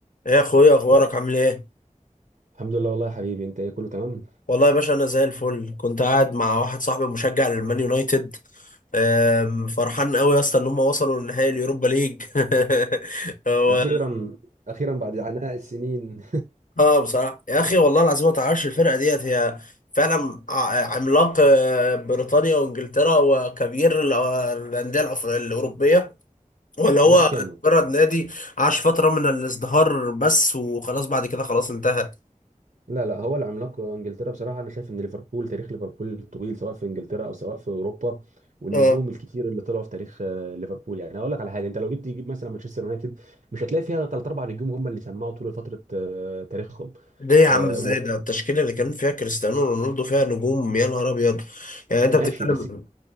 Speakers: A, on the left; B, on the right.
A: ايه يا اخويا اخبارك عامل ايه
B: الحمد لله والله يا حبيبي انت ايه كله تمام
A: والله يا باشا انا زي الفل كنت قاعد مع واحد صاحبي مشجع للمان يونايتد أم، فرحان قوي يا اسطى ان هم وصلوا لنهائي اليوروبا ليج <laughs> هو
B: اخيرا اخيرا بعد عناء السنين
A: اه بصراحه يا اخي والله العظيم ما تعرفش الفرقه ديت هي فعلا ع- عملاق آه، بريطانيا وانجلترا وكبير ال- الانديه الأف- الاوروبيه ولا هو
B: <laughs> لا كانوا
A: مجرد نادي عاش فتره من الازدهار بس وخلاص بعد كده خلاص انتهى
B: لا لا هو العملاق انجلترا بصراحه انا شايف ان ليفربول تاريخ ليفربول الطويل سواء في انجلترا او سواء في اوروبا والنجوم
A: اه
B: الكتير اللي طلعوا في تاريخ آه، ليفربول يعني اقول لك على حاجه انت لو جيت تجيب مثلا مانشستر يونايتد مش هتلاقي فيها ثلاث اربع نجوم هم اللي شمعوا طول فتره آه، تاريخهم
A: ليه يا
B: آه،
A: عم ازاي ده التشكيله اللي كان فيها كريستيانو رونالدو فيها نجوم يا نهار ابيض يعني انت
B: وماشي
A: بتتكلم
B: بس